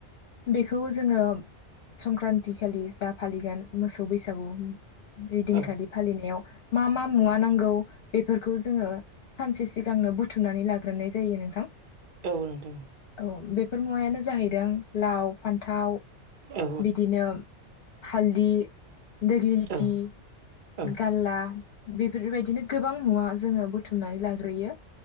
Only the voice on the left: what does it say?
बेखौ जोङो संक्रान्ति खालि जा फालिगोन मोसौ बैसागु बैदिनखालि
फालिनायाव मा मा मुवा नांगौ बेफोरखौ जोङो सानसे सिगांनो बुथुमनानै लाग्रोनाय जायो नोंथां
औ बेफोर मुवायानो जाहैदों लाव फान्थाव
बिदिनो हालदि देग्लि लिथि
गारला बेफोरबायदिनो गोबां नुवा जोङो बुथुमनानै लाग्रोयो